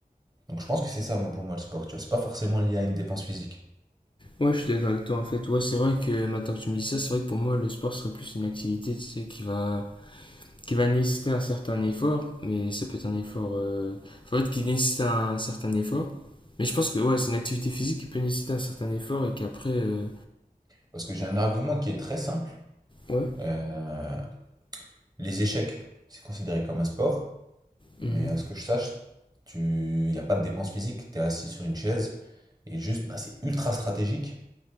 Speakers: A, on the right; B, on the left.
A: Donc je pense que c'est ça, moi, pour moi, le sport, tu vois. C'est pas forcément lié à une dépense physique.
B: Ouais, je suis d'accord avec toi en fait. Ouais, c'est vrai que maintenant que tu me dis ça, c'est vrai que pour moi, le sport serait plus une activité, tu sais, qui va, qui va nécessiter un certain effort, mais ça peut être un effort. euh, En fait, qui nécessite un certain effort. Mais je pense que ouais, c'est une activité physique qui peut nécessiter un certain effort et qu'après. euh,
A: Parce que j'ai un argument qui est très simple.
B: Ouais.
A: Euh, les échecs, c'est considéré comme un sport.
B: mhm.
A: Mais à ce que je sache, tu, y a pas de dépense physique. Tu es assis sur une chaise et juste, bah, c'est ultra stratégique.